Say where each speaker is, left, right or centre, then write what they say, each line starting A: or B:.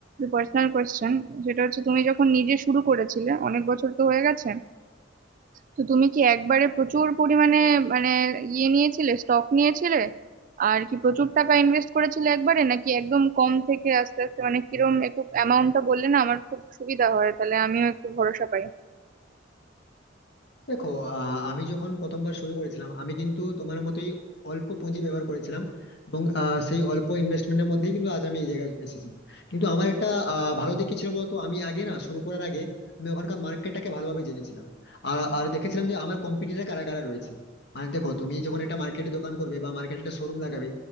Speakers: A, on the right (about 45°); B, on the left (about 60°).
A: পার্সোনাল কোয়েশ্চেন সেটা হচ্ছে তুমি যখন নিজে শুরু করেছিলে অনেক বছর তো হয়ে গেছে তো তুমি কি একবারে প্রচুর পরিমাণে মানে ইয়ে নিয়েছিলে স্টক নিয়েছিলে আর কি প্রচুর টাকা ইনভেস্ট করেছিলে একবারে নাকি একদম কম থেকে আস্তে আস্তে মানে কিরম একটু অ্যামাউন্টটা বললে না আমার খুব সুবিধা হয় তাহলে আমিও একটু ভরসা পাই
B: দেখো আহ, আমি যখন প্রথমবার শুরু করেছিলাম আমি কিন্তু তোমার মতোই অল্প পুঁজি ব্যবহার করেছিলাম এবং আহ, সেই অল্প ইনভেস্টমেন্টের মধ্যেই কিন্তু আজ আমি এই জায়গায় এসেছি কিন্তু আমার একটা আহ, ভালো দিক কি ছিল বলতো আমি আগে না শুরু করার আগে আমি ওখানকার মার্কেটটাকে ভালোভাবে জেনেছিলাম আর আর দেখেছিলাম যে আমার কম্পিটিটর কারা কারা রয়েছে মানে দেখো তুমি যখন একটা মার্কেটে দোকান করবে বা মার্কেটে একটা শোরুম লাগাবে